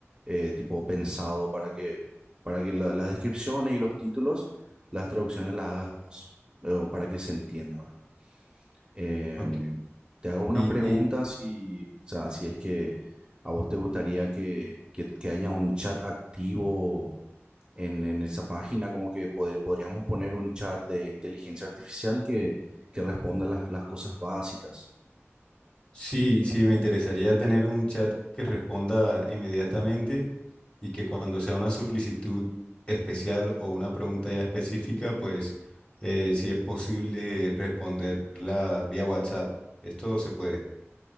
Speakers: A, on the right; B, on the left.
A: eh, tipo pensado para que, para que la- las descripciones y los títulos, las traducciones las hagas vos, o para que se entienda, ¿verdad? Em,
B: Ok.
A: te hago una
B: Y,
A: pregunta
B: y
A: si, o sea, si es que a vos te gustaría que, que, que haya un chat activo en, en esa página, como que poder, podríamos poner un chat de inteligencia artificial que, que responda las, las cosas básicas.
B: Sí, sí, me interesaría tener un chat que responda inmediatamente y que cuando sea una solicitud especial o una pregunta ya específica, pues eh, si es posible responderla vía WhatsApp. Esto se puede.